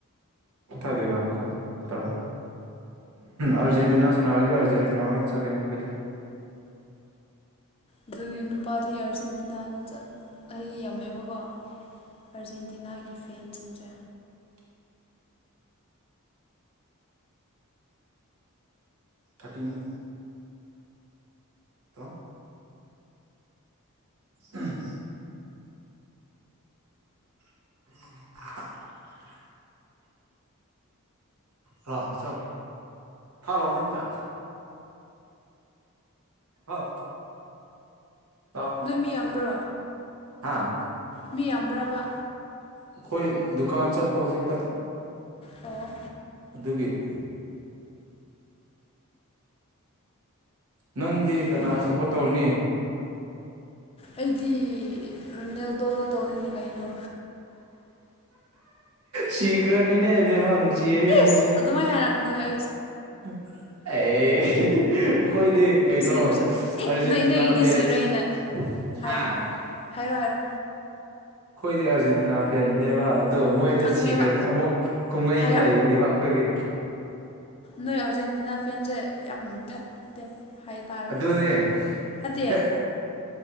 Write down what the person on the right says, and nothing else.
ꯊꯗꯂ ꯇꯔ ꯑꯔꯖꯦꯟꯇꯤꯅꯥ ꯁꯅꯔꯗꯤ ꯑꯔꯖꯦꯟꯇꯤꯅꯥ ꯑꯣꯏ ꯆꯒꯦꯅꯤ ꯑꯩꯈꯣꯏꯗꯤ
<unintelligible> ꯊꯥꯔꯇꯤꯅꯤ ꯇ ꯎꯝ <unintelligible> ꯍꯃꯤ ꯆꯣ ꯐ ꯍꯅꯤ ꯀ ꯍ ꯑ
ꯍꯥꯥ
ꯑꯩꯈꯣꯏ ꯗꯨꯀꯥꯟ ꯆꯠꯄ ꯍꯧꯖꯤꯛꯇ
ꯑꯗꯨꯒꯤ ꯎꯝ ꯎ ꯅꯪꯗꯤ ꯀꯅꯥ
ꯁꯞꯄꯣꯔꯠ ꯇꯧꯅꯤ
ꯁꯤꯀ꯭ꯔꯅꯤꯅꯦꯕꯃꯅꯨꯡꯪꯁꯤꯦꯦ ꯅꯪꯁꯤꯦ
ꯑꯦ ꯑꯩꯈꯣꯏꯗꯤ ꯀꯩꯅꯣ
ꯑꯔꯖꯦꯟꯇꯤꯅꯥ
ꯐꯦꯁ
ꯍꯥꯥ
ꯑꯩꯣꯏꯗꯤ ꯑꯔꯖꯦꯟꯇꯤꯅꯥ ꯐꯦꯔꯅꯦꯕ ꯑꯗꯣ ꯃꯣꯏꯗ
ꯁꯤꯈ꯭ꯔꯅꯤ ꯑꯃꯨꯛ ꯀꯨꯝꯍꯩꯗꯨ
ꯂꯩꯒꯅꯤꯕ ꯑꯩꯈꯣꯏꯒꯤ
ꯑꯗꯨꯅꯦ
ꯍꯦꯛ